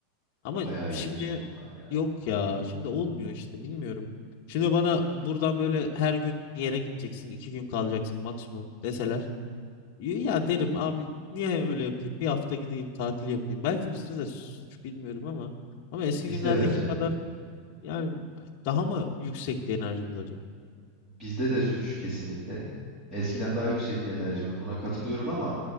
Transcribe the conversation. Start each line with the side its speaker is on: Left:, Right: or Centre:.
Left: Ama
Right: Bayağı
Left: şimdi
Right: iyiydi o zamanlar ya.
Left: yok ya, şimdi olmuyor işte bilmiyorum. Şimdi bana buradan böyle her gün bir yere gideceksin, iki gün kalacaksın maksimum deseler. Ya derim abi niye öyle yapayım? Bir hafta gideyim tatil yapayım. Belki bizde de suç bilmiyorum ama ama eski
Right: Bizde
Left: günlerdeki
Right: bence
Left: kadar yani daha mı yüksekti enerjimiz acaba?
Right: bizde de suç kesinlikle. Eskiden daha yüksekti enerjimiz buna katılıyorum ama